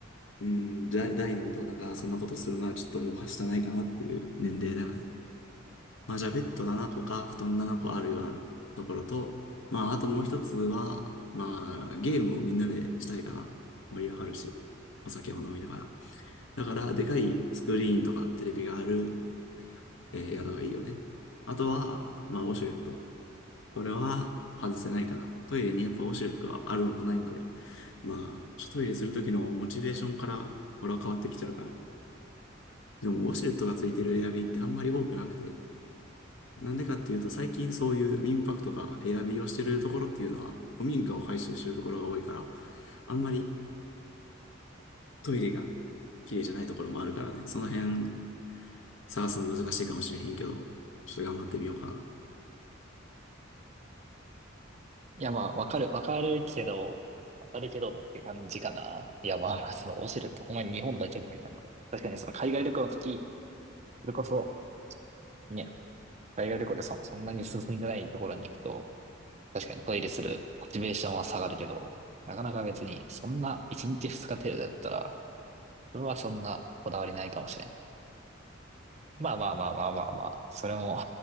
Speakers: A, on the left; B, on the right.
A: うん、じゃ大の大人がそんなことするのはちょっともうはしたないかなっていう年齢だよね。まあ、じゃあベッド7個か布団7個あるようなところと、まあ、あともう1つは、まあ、ゲームをみんなでしたいかな。盛り上がるし、お酒を飲みながら。だから、でかいスクリーンとかテレビがある、えー宿がいいよね。あとは、まあ、ウォシュレット。これは外せないかな。トイレにやっぱウォシュレットがあるのとないので、まあ、ちょっとトイレするときのモチベーションから俺は変わってきちゃうから。でもウォシュレットがついてるエアビーってあんまり多くなくて、なんでかっていうと最近そういう民泊とかエアビーをしてるところっていうのは古民家を改修してるところが多いから、あんまりトイレが綺麗じゃないところもあるからね、その辺探すの難しいかもしれへんけど、ちょっと頑張ってみようかな。
B: いや、まあ、わかる、わかるけど、わかるけどって感じかな。いや、まあ、その、オシュレってほんまに日本だけって感じ。確かにその海外旅行の時、それこそ、ね、海外旅行でそそんなに進んでないところに行くと、確かにトイレするモチベーションは下がるけど、なかなか別に、そんな1日2日程度だったら、それはそんなこだわりないかもしれん。まあまあまあまあまあまあ、それも、